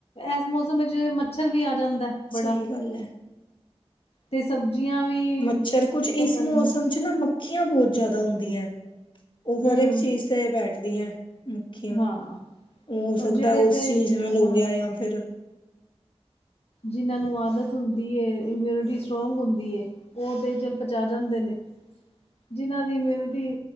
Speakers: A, on the left; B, on the left.
A: ਇਸ ਮੌਸਮ ਵਿੱਚ ਮੱਛਰ ਵੀ ਆ ਜਾਂਦਾ। ਬੜਾ
B: ਸਹੀ ਗੱਲ ਹੈ।
A: ਤੇ ਸਬਜ਼ੀਆਂ ਵੀ।
B: ਮੱਛਰ ਕੁਛ ਇਸ
A: ਪਤਾ
B: ਮੌਸਮ
A: ਨੀ ਹੈ।
B: ਚ ਨਾ ਮੱਖੀਆਂ ਬਹੁਤ ਜ਼ਿਆਦਾ ਹੁੰਦੀਆਂ। ਉਹ
A: ਹੂੰ
B: ਹਰੇਕ ਚੀਜ਼ ਤੇ ਬੈਠਦੀਆਂ ਹੈ ਮੱਖੀਆਂ।
A: ਹਾਂ
B: ਹੋ
A: ਔਰ
B: ਸਕਦਾ
A: ਜਿਹੜੇ
B: ਉਸ
A: ਤੇ
B: ਚੀਜ਼ ਨਾਲ ਹੋ
A: ਹਾਂ
B: ਗਿਆ ਜਾਂ ਫਿਰ।
A: ਜਿਨ੍ਹਾਂ ਨੂੰ ਆਦਤ ਹੁੰਦੀ ਹੈ ਇਮਊਨਿਟੀ ਸਟਰੋਂਗ ਹੁੰਦੀ ਹੈ। ਉਹ ਤੇ ਚਲ ਪਚਾ ਜਾਂਦੇ ਨੇ। ਜਿਹਨਾਂ ਦੀ ਇੰਮੁਨਿਟੀ